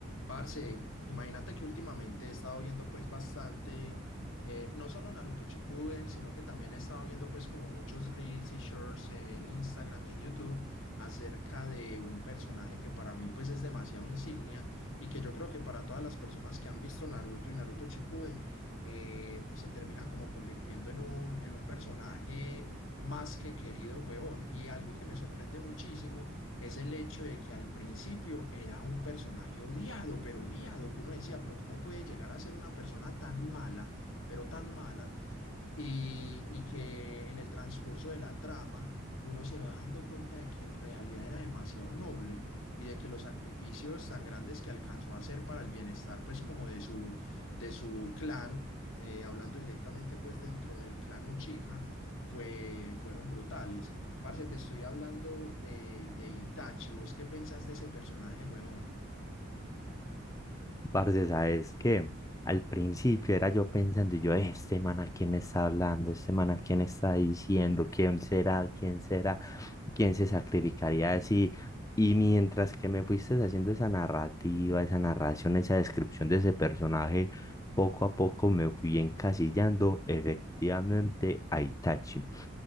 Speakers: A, on the left; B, on the left.
A: Parce, imagínate que últimamente he estado viendo pues bastante, eh, no solo Naruto Shippuden, sino que también he estado viendo pues como muchos reels y shorts en Instagram y en YouTube acerca de un personaje que para mí pues es demasiado insignia y que yo creo que para todas las personas que han visto Naruto y Naruto Shippuden eh, se termina como convirtiendo en un, en un personaje más que querido, huevón. Y algo que me sorprende muchísimo es el hecho de que al principio era un personaje odiado, pero odiado, que uno decía, pero ¿cómo puede llegar a ser una persona tan mala, pero tan mala, y, y que en el transcurso de la trama uno se va dando cuenta de que en realidad era demasiado noble y de que los sacrificios tan grandes que alcanzó a hacer para el bienestar pues como de su, de su clan, eh, hablando directamente pues dentro del clan Uchiha, fue, fueron brutales. Parce, te estoy hablando de, de Itachi, ¿vos qué pensás de ese personaje, huevón?
B: Parce, ¿sabes que Al principio era yo pensando, y yo, "Eh, este man a quién está hablando, este man a quién está diciendo, quién será, quién será, quién se sacrificaría así. Y mientras que me fuiste haciendo esa narrativa, esa narración, esa descripción de ese personaje, poco a poco me fui encasillando, efectivamente, a Itachi